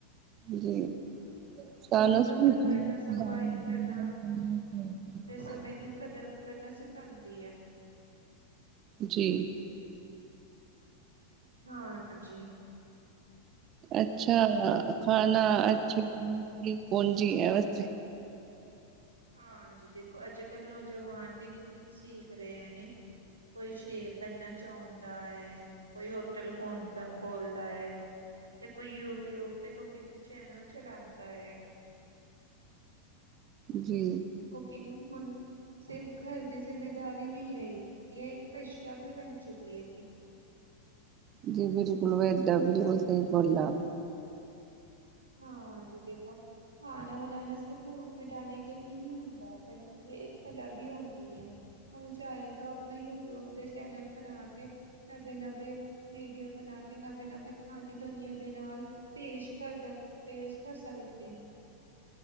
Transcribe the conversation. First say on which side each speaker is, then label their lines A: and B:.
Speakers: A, on the right; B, on the right.
A: ਜੀ। <unintelligible>
B: ਸਬਰ ਕਰਨਾ, ਸਫਾਈ ਕਰਨਾ ਤੇ ਸਮੇਂ ਦੀ ਕਦਰ ਕਰਨਾ ਸਿਖਾਉਂਦੀ ਐ।
A: ਜੀ।
B: ਹਾਂਜੀ।
A: ਅੱਛਾ ਹੈ ਖਾਲਾ ਅੱਛਾ <unintelligible>
B: ਹਾਂਜੀ ਦੇਖੋ ਅੱਜ ਕੱਲ ਨੌਜਵਾਨ ਵੀ ਕੁਕਿੰਗ ਸਿੱਖ ਰਹੇ ਨੇ ਕੋਈ ਸ਼ੈਫ ਬਣਨਾ ਚਾਹੁੰਦਾ ਐ ਕੋਈ ਹੋਟਲ ਖੋਲਦਾ ਖੋਲਦਾ ਐ। ਤੇ ਕੋਈ ਯੂਟਿਊਬ ਤੇ ਕੁਕਿੰਗ ਚੈਨਲ ਚਲਾਉਂਦਾ ਏ।
A: ਜੀ।
B: ਕੁਕਿੰਗ ਹੁਣ ਸਿਰਫ ਘਰ ਦੀ ਜ਼ਿੰਮੇਦਾਰੀ ਨਹੀਂ ਰਹੀ ਇਹ ਇੱਕ ਪੇਸ਼ਾ ਵੀ ਬਣ ਚੁੱਕੀ ਐ ਜੀ
A: ਜੀ ਬਿਲਕੁਲ ਵੈ ਬਿਲਕੁਲ ਸਈ ਗੱਲ ਐ
B: ਹਾਂਜੀ ਦੇਖੋ ਖਾਨਾ ਬਨਾਨਾ ਸਿਰਫ਼ ਭੂਖ ਮਿਟਾਾਨੇ ਕੇ ਲ ਨਹੀਂ ਹੁੰਦਾ ਬਲਕਿ ਇਹ ਇੱਕ ਕਲਾ ਵੀ ਹੁੰਦੀ ਏ ਚਾਹੇ ਤਾਂ ਆਪਣਾ ਯੂਟਿਊਬ ਦੇ ਚੈਨਲ ਬਣਾ ਕੇ ਨਵੇਂ ਨਵੇਂ ਵੀਡੀਓ ਬਣਾ ਕੇ ਨਵੇਂ ਨਵੇਂ ਖਾਣੇ ਦੁਨੀਆਂ ਦੇ ਨਾਲ ਪੇਸ਼ ਕਰਦਾ ਪੇਸ਼ ਕਰ ਸਕਦੇ ਨੀ